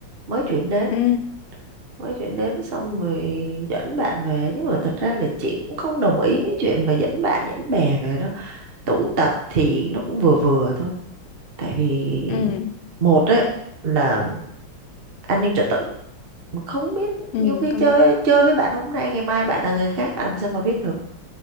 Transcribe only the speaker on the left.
ừ
ừ
ừ
công
nhận